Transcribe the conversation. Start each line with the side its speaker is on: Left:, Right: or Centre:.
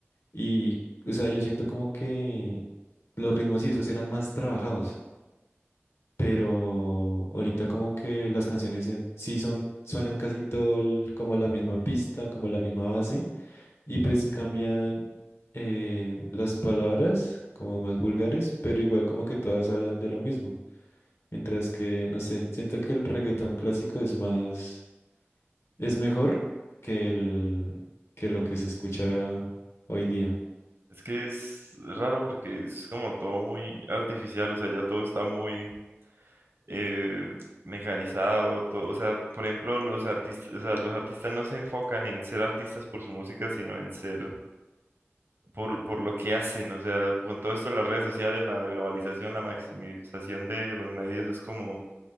Left: y o sea, yo siento como que los ritmos y esos eran más trabajados pero ahorita como que las canciones en- sí son, suenan casi todo el- como la misma pista, como la misma base, y pues cambian eh, las palabras como más vulgares, pero igual como que todas hablan de lo mismo. Mientras que, no sé, siento que el reggaetón clásico es más, es mejor que el, que lo que se escucha hoy día.
Right: Es que es raro porque es como todo muy artificial, o sea, ya todo está muy eh, mecanizado, todo, o sea, por ejemplo, los artistas, o sea, los artistas no se enfocan en ser artistas por su música, sino en ser por, por lo que hacen, o sea, con todo esto de las redes sociales, la globalización, la maximización de los medios, es como